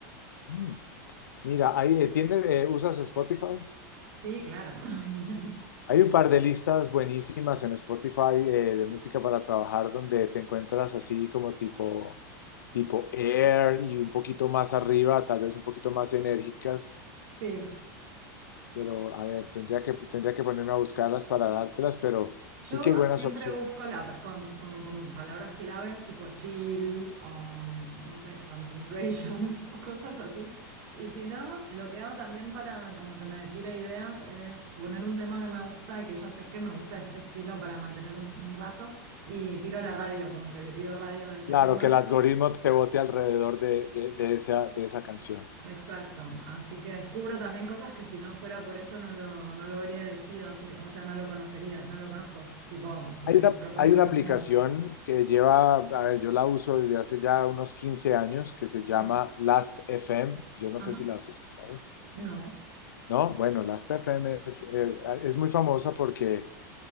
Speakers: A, on the left; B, on the right.
A: Mm, mira, ahí eh, tiene, eh, ¿usas Spotify?
B: Sí, claro. <laughs>
A: Hay un par de listas buenísimas en Spotify eh, de música para trabajar donde te encuentras así como tipo, tipo Air y un poquito más arriba, tal vez un poquito más enérgicas,
B: Sí,
A: pero a ver, tendría que, tendría que ponerme a buscarlas para dártelas, pero
B: yo
A: sí que hay buenas
B: siempre
A: opciones.
B: busco la, con- como pon- palabras claves tipo chill o no sé, concentration <laughs> o cosas así. Y si no, lo que hago también para como que me tire ideas es poner un tema que me gusta y que ya sé que me gusta ese estilo para mantener un, un rato y tiro la radio, como que le pido radio de ese
A: Claro,
B: tema.
A: que el algoritmo te bote alrededor de, de- de esa, de esa canción.
B: Exacto, así que descubro también cosas que si no fuera por eso no lo, no lo habría elegido, sí, O sea, no lo conocería, no lo conozco, tipo, me
A: Hay una,
B: propone
A: hay
B: cosas
A: una aplicación
B: nuevas.
A: que lleva, a ver, yo la uso desde hace ya unos 15 años que se
B: Sí.
A: llama Last FM. Yo no
B: Ajá,
A: sé si la has escuchado.
B: no,
A: ¿no? Bueno, Last FM es, eh, es muy famosa porque